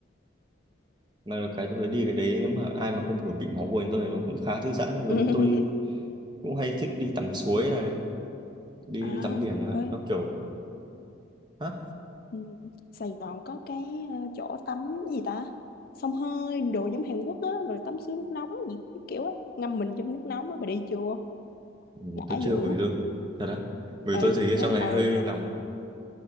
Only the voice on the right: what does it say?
mà được cái tôi thấy đi cái đấy nếu mà ai mà không kiểu bị máu buồn như tôi thì nó cũng khá thư giãn nhưng giống
như tôi cũng hay thích đi tắm suối này đi
tắm biển nữa
nó kiểu Ừ.
Ừ,
tôi chưa
về tôi thật á vì tôi
thấy
ở trong này
hơi
nóng